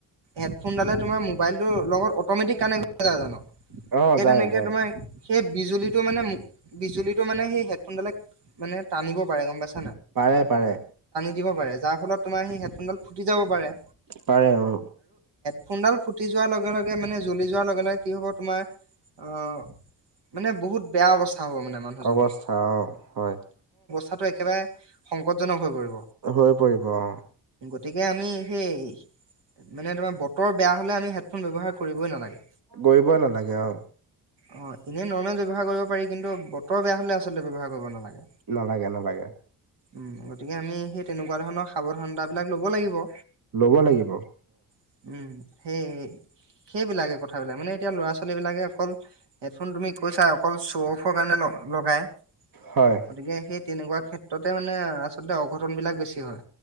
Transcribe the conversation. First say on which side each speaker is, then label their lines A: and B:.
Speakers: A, on the right; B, on the right.
A: হেডফোনডালে তোমাৰ মোবাইলটোৰ লগত অটমেটিক কানেক্ট হৈ নাযায় জানো?
B: অ',
A: সেই
B: যায়,
A: তেনেকে
B: যায়।
A: তোমাৰ সেই বিজুলীটো মানে- বিজুলীটো মানে সেই হেড ফোনডালে মানে টানিব পাৰে গম পাইছ
B: পাৰে-পাৰে।
A: দিব পাৰে যাৰ ফলত তোমাৰ সেই হেডফোনডাল ফুটি যাব পাৰে।
B: পাৰে অ,
A: ফোনডাল ফুটি যোৱাৰ লগে লগে মানে জ্বলি যোৱাৰ লগে লগে কি হব তোমাৰ, আহ মানে বহুত বেয়া অৱস্থা হ'ব মানে মানুহজনৰ।
B: অৱস্থা অ হয়।
A: কথাটো একেবাৰে সংকটজনক হৈ পৰিব।
B: হৈ পৰিব অঁ।
A: গতিকে আমি সেই, মানে তোমাৰ বতৰ বেয়া হলে আমি হেডফোন ব্যৱহাৰ কৰিবই নালাগে।
B: <unintelligible> নালাগে আৰু।
A: অ এনেই নৰ্মেল ব্যৱহাৰ কৰিব পাৰি কিন্তু বতৰ বেয়া হলে আচলতে ব্যৱহাৰ কৰিব নালাগে।
B: নালাগে, নালাগে।
A: উম গতিকে আমি সেই তেনেকুৱা ধৰণৰ সাৱধানতা বিলাক লব লাগিব।
B: লব লাগিব অ।
A: উম সেই। সেইবিলাকে কথাবিলাক মানে এতিয়া ল'ৰা-ছোৱালী বিলাকে অকল হেডফোন তুমি কৈছা অকল শ্ব' অফৰ কাৰণে লগাই
B: হয়
A: গতিকে সেই তেনেকুৱা ক্ষেত্ৰতে মানে আচলতে অঘটন বিলাক বেছি হয়।